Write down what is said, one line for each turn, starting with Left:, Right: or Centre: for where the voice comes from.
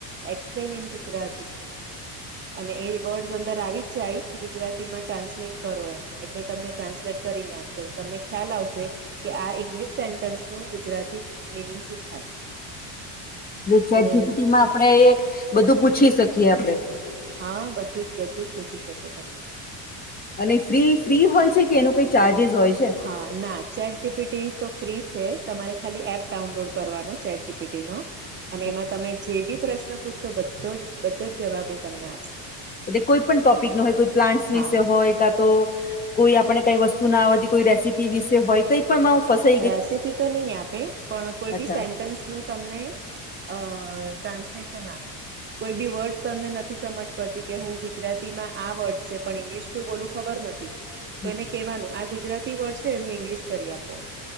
Right: એક્સપ્લેન ઇન ગુજરાતી. અને એ વર્ડસ અંદર આવી જ જાય ગુજરાતીમાં ટ્રાન્સલેટ કરો એમ એટલે તમને ટ્રાન્સલેટ કરીને આપે. તમને ખ્યાલ આવશે, કે આ ઇંગ્લિશ સેન્ટન્સ નું ગુજરાતી મિનિંગ શું થાય.
Left: ચેટ
Right: અને
Left: જી બી ટી માં આપડે, એ બધું પૂછી શકીએ આપડે.
Right: હા બધું જ બધું જ પૂછી શકો તમે.
Left: અને ફ્રી ફ્રી હોય છે કે એનું કઈ ચાર્જિસ હોય છે?
Right: હા ના ચેટ જી પી ટી તો ફ્રી છે તમારે ખાલી એપ ડાઉનલોડ કરવાનો ચેટ જી પી ટી નો. અને
Left: એટલે
Right: એમાં તમે જે બી પ્રશ્ન પૂછશો બધો જ બધો જ જવાબ એ તમને આપશે.
Left: એટલે કોઈ પણ ટોપિક ન હોય કોઈ પ્લાન્ટસ
Right: હા
Left: વિશે હોય કા તો કોઈ આપણે કઈ વસ્તુ ના આવડતી કોઈ રેસીપી વિશે હોય કઈ મા હું ફશે
Right: રેસીપી તો નહીં આપે, પણ કોઈ
Left: અચ્છા
Right: બી સેન્ટન્સ નું તમને અ ટ્રાન્સલેશન આપશે. કોઈ બી વર્ડ્સ તમને નથી સમજ પડતી કે હું ગુજરાતીમાં આ વર્ડસ છે, પણ ઇંગ્લિશ શું બોલું ખબર નથી, તો
Left: અચ્છા
Right: એને કેવાનું આ ગુજરાતી વર્ડ છે એનું ઇંગ્લિશ કરી આપો.